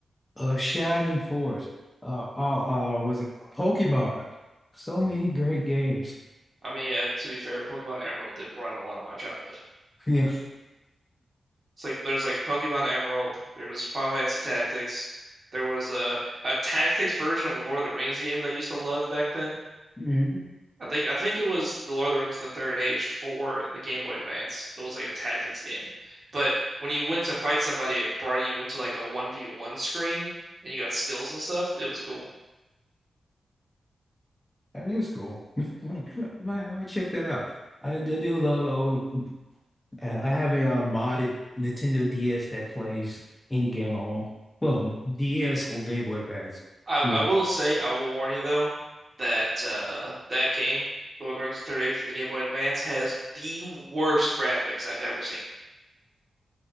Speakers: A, on the left; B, on the right.
A: uh, Shining Force, uh, uh, uh, was it Pokemon? So many great games. <laughs>
B: I mean, yeah. To be fair, Pokemon Emerald did run a lot of my childhood.
A: Yeah.
B: It's like there's like Pokemon Emerald, there's Final Fantasy Tactics, there was a a Tactics version of a Lord of the Rings game that I used to love back then.
A: hmm
B: I think I think it was the Lord of the Rings: The Third Age for the Game Boy Advance. It was like a tactics game, but when you went to fight somebody, it brought you into like a 1v1 screen and you got skills and stuff. It was cool.
A: That is cool. <laughs> I might, I might check that out. I, I do love uh, old. Uh, I have a uh, modded Nintendo DS that plays any game I want. Well, DS or Game Boy Advance.
B: I I
A: Yeah.
B: will
A: <laughs>
B: say I will warn you though that uh, that game, Lord of the Rings: The Third Age for the Game Boy Advance, has the worst graphics I've ever seen.